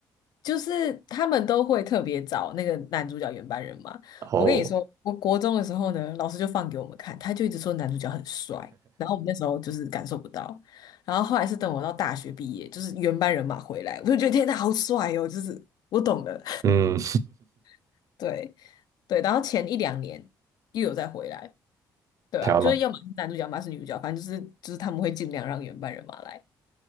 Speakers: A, on the left; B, on the right.
A: 就是他们都会特别找那个男主角原班人马。
B: 哦，
A: 我跟你说，我国中的时候呢，老师就放给我们看，他就一直说男主角很帅，然后我们那时候就是感受不到，然后后来是等我到大学毕业，就是原班人马回来，我就觉得天呐，好帅哦！就是我懂了，
B: 嗯，
A: <laughs> 对对，然后前一两年又有再回来，
B: <laughs>
A: 对吧、
B: 台湾吗？
A: 就是要么是男主角，要么是女主角，反正就是就是他们会尽量让原班人马来，